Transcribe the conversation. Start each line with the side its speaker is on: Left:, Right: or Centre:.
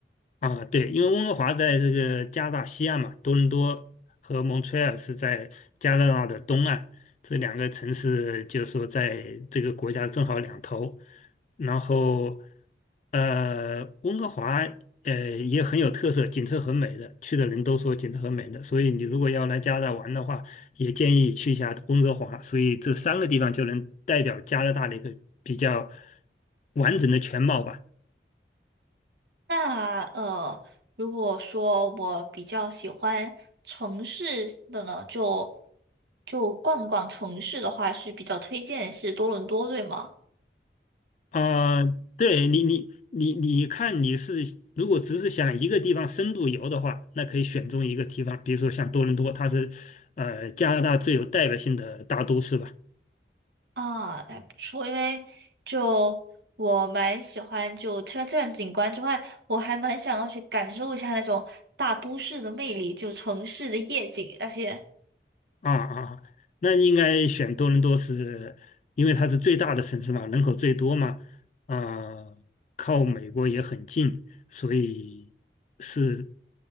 Left: 啊，对，因为温哥华在这个加拿大西岸嘛，多伦多和蒙特利尔是在加拿大的东岸，这两个城市就是说在这个国家正好两头。然后，呃，温哥华呃也很有特色，景色很美的，去的人都说景色很美的，所以你如果要来加拿大玩的话，也建议去一下温哥华。所以这三个地方就能代表加拿大的一个比较完整的全貌吧。
Right: 那呃，如果说我比较喜欢城市的呢，就就逛一逛城市的话，是比较推荐是多伦多，对吗？
Left: 啊、对你，你你你看，你是如果只是想一个地方深度游的话，那可以选中一个地方，比如说像多伦多，它是呃加拿大最有代表性的大都市吧。
Right: 啊，还不错，因为就我蛮喜欢，就除了自然景观之外，我还蛮想要去感受一下那种大都市的魅力，就城市的夜景那些。
Left: 啊啊，那应该选多伦多是，因为它是最大的城市嘛，人口最多嘛，啊，靠美国也很近，所以是